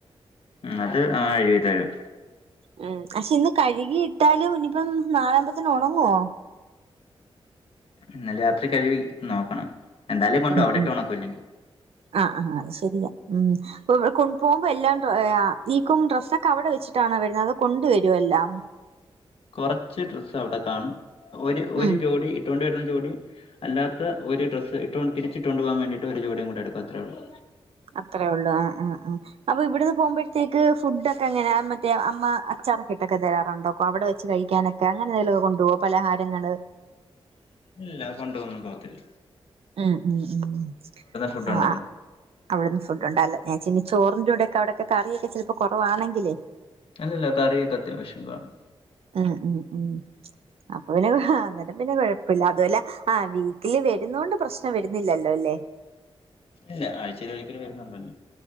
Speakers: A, on the left (about 65°); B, on the right (about 75°).
A: മ്ഹ് അത് ആ ഹ്കഴുകിതരും
B: മ്മ്ഹ് പഷേ ഇന്ന് കഴുകിയിട്ടാലും ഇനിയിപ്പം നാളാവുമ്പത്തന് ഒണങ്ങോ
A: ഇന്നലെ രാത്രി കഴുവി നോക്കണം എന്തായാലു കൊണ്ടവ
B: ഉം
A: അവിടെട്ട്
B: ഉം
A: ഒണകുല്ലെങ്കി
B: ആഹ് അഹ് ശരിയാ മ്മ്ഹ് ഇപ്പൊ പോകുമ്പോ എല്ലാം ഈക്കും ഡ്രെസ്സൊക്കെ അവിടെ വെച്ചിട്ടാണോ വരുന്നേ അതൊ കൊണ്ട് വരു എല്ലാം
A: കൊറച്ച് ഡ്രസ്സ് അവിടെ കാണും ഒരു ഒരു
B: ഉം
A: ജോഡി ഇട്ടൊണ്ട് വര്ന്ന ജോഡിം അല്ലാത്ത ഒരു ഡ്രസ്സ് ഇട്ട് തിരിച്ചിട്ടോണ്ട് പോവാൻ വേണ്ടിട്ട് ഒരു ജോഡികൂടിടുകു അത്രേള്ളൂ
B: അത്രേ ഒള്ളൂ ആ ഹ്ആ ഹ്ആഹ് അപ്പൊ ഇവിടുന്ന് പോമ്പോഴത്തേക്ക് ഫുഡോക്കെങ്ങനെ മറ്റേ അമ്മ അച്ചാറോക്കെ ഇട്ടൊക്കെ തരാറുണ്ടോക്കോ അവിടെ വെച്ച് കഴിക്കാനൊ അങ്ങനെ എന്തെലുംകൊണ്ടോവോ പലഹാരങ്ങള്
A: ഇല്ല ഇല്ല കൊണ്ട്ന്നു പോവത്തില്ല
B: മ്മ്ഹ് മ്ഹ്
A: ഫുഡ്
B: ആഹ്
A: ഉണ്ടല്ലോ
B: അ അവിടുന്ന് ഫുഡ്ണ്ടല്ലോ ഞാൻച്ചി ചോറിൻന്റെടെയൊകെ അവിടക്ക കറിയക്കെ ചെലപ്പോ കൊറവാണെങ്കിലേ
A: അല്ലല്ല കറിയൊക്കെ അത്യാവശ്യം കാണും
B: മ്ഹ് മ്ഹ്ഹ് അപ്പൊ പിന്നെ കൊ ഹാ അന്നേരം പിന്നെ കൊഴപ്പില്ല അതുഅല്ലാ ആഹ് വീക്കിലി വരുന്നൊണ്ട് പ്രശ്നം വരുന്നില്ലല്ലോല്ലേ
A: ഇല്ല ആഴ്ചഒരിക്കല് വരുന്നുണ്ടല്ലോ